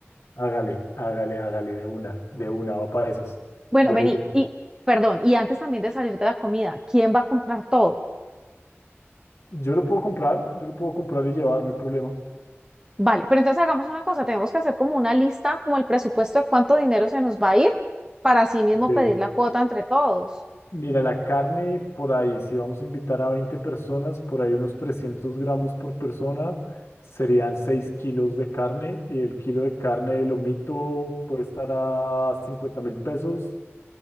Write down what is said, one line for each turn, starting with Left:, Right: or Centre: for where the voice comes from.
Left: Hágale, hágale, hágale de una, de una, va para esas.
Right: Bueno,
Left: Buena
Right: vení,
Left: idea.
Right: y perdón, y antes también de salir de la comida, ¿quién va a comprar todo?
Left: Yo lo puedo comprar, yo lo puedo comprar y llevar, no hay problema.
Right: Vale, pero entonces hagamos una cosa, tenemos que hacer como una lista, como el presupuesto de cuánto dinero se nos va a ir para así mismo
Left: Ok,
Right: pedir la cuota entre todos.
Left: Mira, la carne por ahí, si vamos a invitar a 20 personas, por ahí unos 300 gramos por persona, serían 6 kilos de carne y el kilo de carne de lomito puede estar a cincuenta mil pesos,